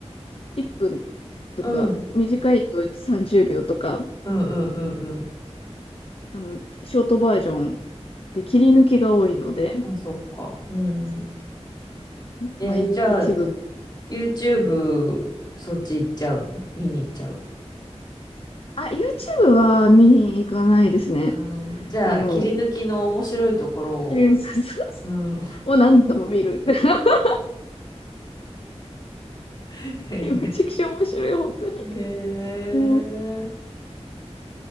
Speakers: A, on the left (about 55°); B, on the left (about 40°).
A: 1分とか、
B: うん
A: 短いと30秒とか、
B: うんうんうんうんう
A: あの、ショートバージョンで切り抜きが多いので、
B: ん。あそっか。うん。
A: そう
B: えじゃあ
A: まあ、い一部の、
B: YouTube
A: はい。
B: そっち行っちゃうの見に行っちゃう。
A: あ、YouTube は見に行かないですね。
B: うん。じゃあ切り抜きの面白いところ。
A: あの、切り抜き <laughs>
B: うん。
A: を何度も見る。<laughs>
B: へへ
A: いやめちゃくちゃ面白い、本当に。
B: へ。へえ。
A: うん。